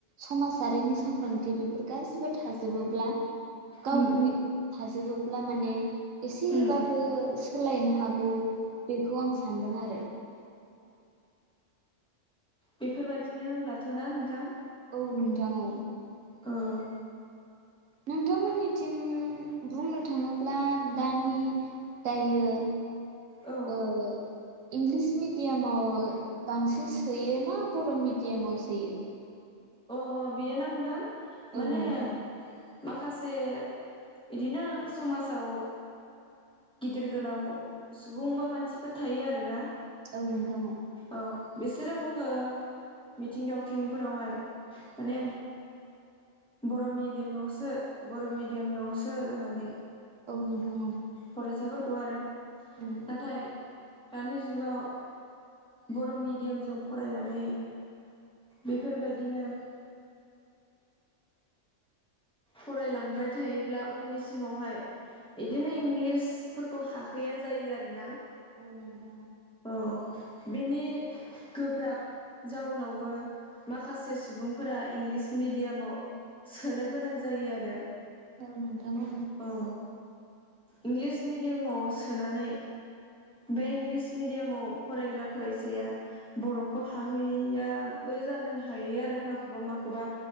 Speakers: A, on the right (about 85°); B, in the centre.
A: समाजारिनि सांग्रांथि बेफोर गासिबो थाजोबोब्ला गावनि
B: उम
A: थाजोबोब्ला माने एसेबाबो
B: उम
A: सोलायनो हागौ। बेखौ आं सान्दों आरो
B: बेफोरबायदिनो होनब्लाथ' ना नोंथां?
A: औ नोंथां औ।
B: औ
A: नोंथांमोननिथिं बुंनो थाङोब्ला दानि दायो
B: औ
A: ओ इंलिस मिडियामाव बांसिन सोयो ना बर' मिडियामाव सोयो?
B: अ बियो ना नोंथां
A: औ
B: माने
A: नोंथां
B: माखासे इदिनो समाजाव गिदिर गोलाव सुबुं बा मानसिफोर थायो आरोना
A: औ नोंथां औ।
B: औ बिसोरो बुङो मिथिं दावथिंफोरावहाय
A: औ
B: माने बर' मिडियामाव सो बर' मिडियामाव सो होननानै।
A: औ नोंथां औ।
B: फरायसाफोरखौ आरो
A: उम
B: नाथाय दानि जुगाव बर' मिडियामजों फरायनानै बेफोरबायदिनो फरायलांबाय थायोब्ला उननि समावहाय इदिनो इंलिसफोरखौ हाहैया जायो आरोना
A: औ नोंथां।
B: औ बिनि गोब्राब जाउनावबो माखासे सुबुंफोरा इंलिस मेडियामाव सोनो गोनां जायो आरो
A: औ नोंथां
B: औ। इंलिस मेडियामाव सोनानै बे इंलिस मिडियामाव फरायग्रा फरायसाया बर'खौ हाहैयाबो जानो हायो आरो माखौबा माखौबा।